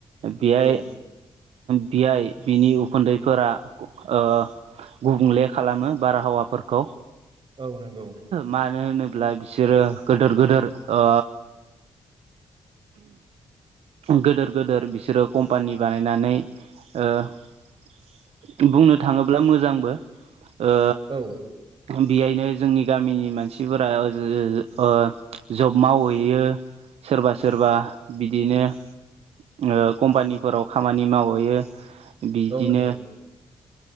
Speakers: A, on the right (about 70°); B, on the right (about 50°).
A: बियाय
B: औ
A: बेयाय बिनि उखुन्दैफोरा ओ गुबुंले खालामो बारहावाफोरखौ।
B: औ नंगौ।
A: मानो होनोब्ला बिसोरो गोदोर गोदोर ओ गोदोर गोदोर बिसोरो कम्पानि बानायनानै ओ बुंनो थाङोब्ला मोजांबो ओ
B: औ
A: बेयायनो जोंनि गामिनि मानसिफोरा ओ जब मावहैयो सोरबा सोरबा बिदिनो ओ कम्पानिफोराव खामानि मावो। बोयो बिदिनो
B: औ नंगौ